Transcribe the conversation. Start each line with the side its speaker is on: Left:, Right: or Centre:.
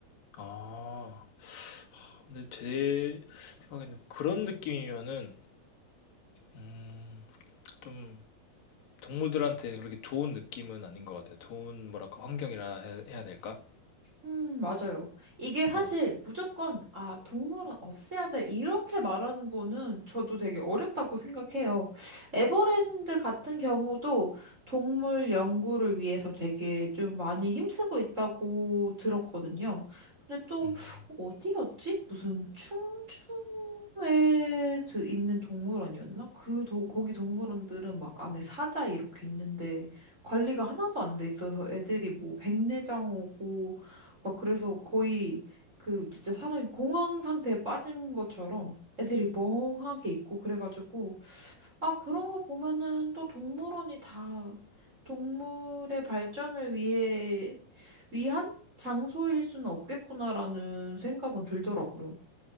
Left: 아, 근데 제 생각에는 그런 느낌이면은 음, 좀 동물들한테 그렇게 좋은 느낌은 아닌 것 같아요. 좋은 뭐랄까 환경이라 해- 해야 될까?
Right: 음, 맞아요. 이게 사실
Left: 네.
Right: 무조건, 아, 동물은 없애야 돼. 이렇게 말하는 거는 저도 되게 어렵다고 생각해요. 에버랜드 같은 경우도 동물 연구를 위해서 되게 좀 많이 힘쓰고 있다고 들었거든요. 근데 또,
Left: 음,
Right: 어디였지? 무슨 충주에 드- 있는 동물원이었나? 그, 도, 거기 동물원들은 막 안에 사자 이렇게 있는데 관리가 하나도 안 돼 있어서 애들이 뭐 백내장 오고 막 그래서 거의 그 진짜 사람이 공황 상태에 빠진 것처럼 애들이 멍하게 있고 그래가지고 아 그런 거 보면은 또 동물원이 다 동물의 발전을 위해 위한 장소일 수는 없겠구나라는 생각은 들더라고요.